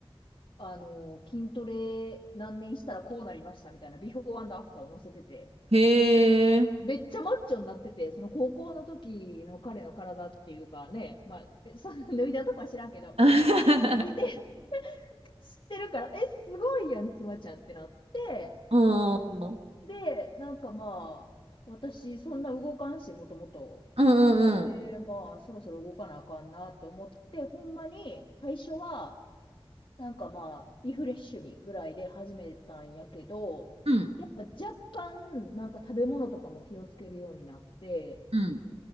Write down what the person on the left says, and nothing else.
あの、筋トレ何年したらこうなりましたみたいな、ビフォーアフターを載せてて、
めっちゃマッチョになってて、その高校の時の彼の体っていうかね、まあ、えその脱いだとこは知らんけど、
し見て、知ってるから、え、すごいやん、妻ちゃんってなって、
で、なんかまあ、私、そんな動かんし、もともと。
で、まあ、そろそろ動かなあかんなと思って、ほんまに最初は、なんかまあ、リフレッシュにぐらいで始めたんやけど、
やっぱ若干、なんか食べ物とかも気をつけるようになって、